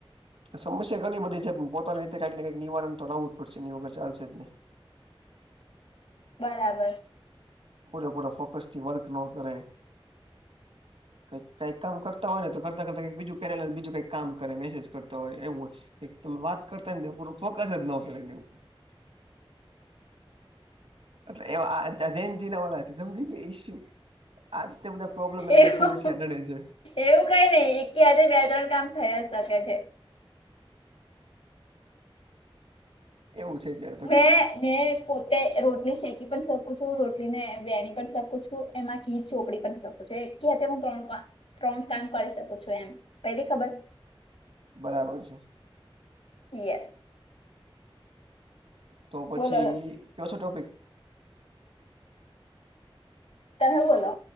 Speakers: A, on the right; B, on the left.
A: સમસ્યા ઘણી બધી છે પણ પોતાની રીતે કંઈકને કંઈક નિવારણ તો લાવવું પડશે એની વગર ચાલશે જ નહી.
B: બરાબર.
A: પૂરેપૂરા ફોકસ થી વર્ક ન કરે. કઈ કઈ કામ કરતા હોય ને તો કરતા કરતા ક બીજું પેલાલ બીજું કઈ કામ કરે મેસેજ કરતા હોય એવું હોય એક તમે વાત કરતા ને પૂરું ફોકસ જ ને એની ઉપર એટલે એ જયંતજી ના વાળા છે સમજી ગય ઈશુ આ બધા પ્રોબ્લેમ અને
B: એવું
A: સમસ્યા ઘડે છે
B: એવું કઈ નહી એક કે આજે બે ત્રણ કામ થયા જ શકે છે
A: એવું છે જ્યારે
B: મે મે પોતે રોટલી ફેંકી પણ શકું છું રોટલી ને વેણી પણ શકું છું એમાં ઘી ચોપડી પણ શકુ એક કથે હું ત્રણ ત્રણ કામ કરી શકું છું એમ પેલી ખબર
A: બરાબર છે
B: યેસ
A: તો પછી
B: બોલો
A: કયો છો ટોપિક
B: તમે બોલો